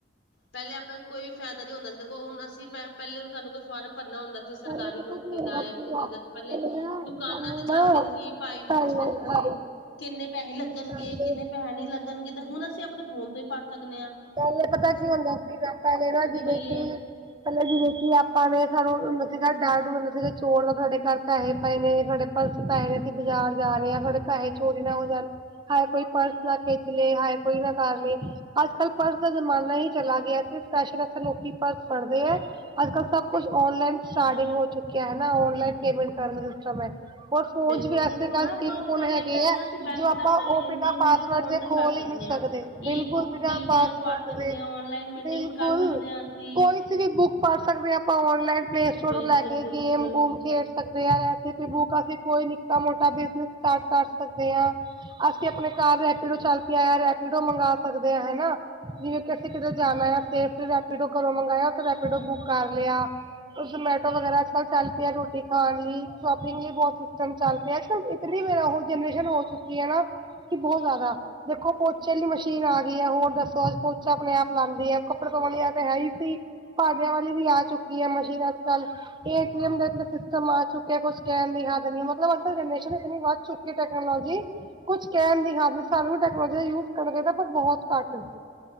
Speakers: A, on the left; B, on the right.
A: ਪੈਲੇ ਆਪ ਨੂੰ ਕੋਈ ਵੀ ਫੈਦਾ ਨੀ ਹੁੰਦਾ ਸੀ ਦੇਖੋ ਹੁਣ ਅਸੀਂ ਪ ਪੈਲੇ ਸਾਨੂੰ ਕੋਈ ਫਾਰਮ ਭਰਨਾ ਹੁੰਦਾ ਜੇ ਸਰਕਾਰੀ
B: ਪਹਿਲੇ ਪਤਾ
A: ਨੌਕਰੀ
B: ਕੀ ਹੁੰਦਾ
A: ਦਾ ਯਾਂ
B: ਸੀਗਾ
A: ਚੀਜ਼ ਦਾ ਪੈਲੇ
B: ਪਹਿਲੇ ਨਾ
A: ਦੁਕਾਨਾਂ
B: ਸਾਨੂੰ
A: ਤੇ
B: ਨਾ
A: ਜਾਂਦੇ ਸੀ ਭਾਈ
B: ਪਹਿਲੇ
A: ਨੂੰ ਪੁੱਛਦੇ ਸੀ
B: ਹਾਂਜੀ
A: ਕਿੰਨੇ ਪੈਸੇ ਲੱਗਣਗੇ
B: ਪਹਿਲੇ
A: ਕਿੰਨੇ ਪੈਸੇ ਨਈ ਲੱਗਣਗੇ ਤੇ ਹੁਣ ਅਸੀਂ ਆਪਣੇ ਫ਼ੋਨ ਤੇ ਹੀ ਪਰ ਸਕਨੇ ਆ।
B: ਪੈਲੇ ਪਤੈ ਕੀ ਹੁੰਦਾ ਸੀ ਵੈ ਪੈਲੇ ਨਾ ਜਿਵੇਂ
A: ਪਈ
B: ਕਿ
A: ਹੈ
B: ਪੈਲੇ ਜਿਵੇਂ ਕਿ ਆਪਾਂ ਨੇ ਸਾਨੂੰ ਨ ਸੀਗਾ ਡਰ-ਡੂਰ ਹੁੰਦਾ ਸੀਗਾ ਚੋਰ ਦਾ, ਸਾਡੇ ਘਰ ਪੈਹੇ ਪਏ ਨੇ, ਸਾਡੇ ਪਰਸ ਚ ਪੈਹੇ ਨੇ, ਅਸੀਂ ਬਾਜ਼ਾਰ ਜਾ ਰੇ ਆਂ, ਸਾਡੇ ਪੈਹੇ ਚੋਰੀ ਨਾ ਹੋ ਜਾਣ। ਹਾਏ ਕੋਈ ਪਰਸ ਨਾ ਖੇੱਚ ਲਏ, ਹਾਏ ਕੋਈ ਨਾ ਕਰ ਲਏ‌। ਅੱਜ-ਕੱਲ੍ਹ ਪਰਸ ਦਾ ਜ਼ਮਾਨਾ ਹੀ ਚਲਾ ਗਿਐ। ਸਿਰਫ ਫੈਸ਼ਨ ਅਸਤੇ ਲੋਕੀ ਪਰਸ ਫੜਦੇ ਐ। ਅੱਜ-ਕੱਲ ਸਭ ਕੁਛ ਔਨਲਾਈਨ ਸਟਾਰਟਿੰਗ ਹੋ ਚੁੱਕਿਆ ਹੈ ਨਾ। ਔਨਲਾਈਨ ਪੇਮੈਂਟ ਕਰਨ ਦਾ ਸਿਸਟਮ ਐ। ਹੋਰ ਫੋਨ
A: ਬਿਲਕੁਲ
B: ਇਚ ਵੀ
A: ਦੇਖੋ
B: ਐਸੇ ਤਾਂ
A: ਨਾ ਆਪਾਂ
B: ਪਿੰਨ
A: ਉਹ
B: ਪੁੰਨ
A: ਤੁਹਾਨੂੰ
B: ਹੈਗੇ
A: ਮੈਂ ਕਹਿ
B: ਐ,
A: ਰਹੀ ਹਾਂ ਅਸੀਂ ਬੈਂਕ
B: ਜੋ ਆਪਾਂ
A: ਦਾ ਆਪਣਾ ਲੈਣ
B: ਓਹ ਬਿਨਾਂ
A: ਦੇਣ
B: ਪਾਸ
A: ਵਿੱਚ
B: ਵਰਗ
A: ਫੋਨ
B: ਦੇ
A: ਤੋਂ ਹੀ
B: ਖੋਲ
A: ਕਰ
B: ਈ ਨੀ ਸਕਦੇ।
A: ਹਾਂ
B: ਬਿਲਕੁਲ,
A: ਈ ਬੁੱਕ
B: ਬਿਨ੍ਹਾਂ
A: ਪੀ
B: ਪਾਸਵਰਡ
A: ਡੀ ਐਫ ਪੜ੍ਹ ਸਕਦੇ
B: ਦੇ
A: ਹਾਂ ਔਨਲਾਈਨ ਮੀਟਿੰਗ
B: ਬਿਲਕੁਲ।
A: ਕਰ ਸਕਦੇ ਹਾਂ ਅਸੀਂ
B: ਕੋਈ ਸੀ ਵੀ ਬੁੱਕ ਪੜ ਸਕਦੇ ਆ ਆਪਾਂ ਓਨਲਾਈਨ, ਪਲੇ ਸਟੋਰ
A: ਬਿਲਕੁਲ
B: ਤੋ ਲੈ ਕੇ,
A: ਬਿਲਕੁਲ
B: ਗੇਮ-ਗੂਮ ਖੇਡ ਸਕਦੇ ਆ। ਰੈਸਪੀ ਬੁੱਕ, ਅਸੀਂ ਕੋਈ ਨਿੱਕਾ-ਮੋਟਾ ਬਿਜਨਸ ਸਟਾਟ ਕਰ ਸਕਦੇ ਆ। ਅਸੀਂ ਆਪਣੇ ਕਾਰ ਰੈਪੀਡੋ ਚੱਲ ਪਿਆ ਐ ਰੈਪੀਡੋ ਮੰਗਾ ਸਕਦੇ ਆ ਹੈਨਾ। ਜਿਵੇਂ ਕਿ ਅਸੀਂ ਕਿਦਰੇ ਜਾਣਾ ਐ, ਸੇਫਲੀ ਰੈਪੀਡੋ ਘਰੋਂ ਮੰਗਾਇਆ, ਓਥੇ ਰੈਪੀਡੋ ਬੁੱਕ ਕਰ ਲਿਆ। ਔਰ ਜਮੇਟੋ ਵਗੈਰਾ ਅੱਜ-ਕੱਲ ਚੱਲ ਪਿਐ, ਰੋਟੀ ਖਾਣ ਲਈ। ਸ਼ੋਪਿੰਗ ਲਈ ਬੌਤ ਸਿਸਟਮ ਚੱਲ ਪਿਐ। ਅੱਜ-ਕਲ ਇ ਦੀਗਰ ਆਹੋ ਜਨਰੇਸ਼ਨ ਹੋ ਚੁੱਕੀ ਏ ਨਾ ਕਿ ਬੌਤ ਜੈਦਾ ਦੇਖੋ ਪੋਚੇ ਆਲੀ ਮਸ਼ੀਨ ਆ ਗੀ ਐ, ਹੋਰ ਦੱਸੋ ਅੱਜ ਪੋਚਾ ਆਪਣੇ ਆਪ ਲਾਂਦੀ ਐ। ਕੱਪੜੇ ਧੋਣ ਵਾਲੀ ਐ ਤੇ ਹੈ ਈ ਸੀ। ਭਾਡੇੰਆਂ ਵਾਲੀ ਵੀ ਆ ਚੁੱਕੀ ਐ ਮਸ਼ੀਨ ਅੱਜ-ਕੱਲ। ਏ ਟੀ ਐਮ ਦਾ ਇਤਨਾ ਸਿਸਟਮ ਆ ਚੁੱਕਿਐ ਕੋਛ ਕੈਣ ਦੀ ਹੱਦ ਨੀ। ਮਤਲਬ ਅੱਜ-ਕੱਲ੍ਹ ਜਨਰੇਸ਼ਨ ਇਤਨੀ ਵੱਧ ਚੁਕੀ ਟੈਕਨਾਲੋਜੀ ਕੁਛ ਕੈਣ ਦੀ ਹਦ ਨੀ, ਸਾਨੂੰ ਵੀ ਟੈਕਨੋਲੋਜੀ ਦਾ ਯੂਜ ਕਰਨਾ ਚਾਈਦੈ ਪਰ ਬੌਤ ਘੱਟ।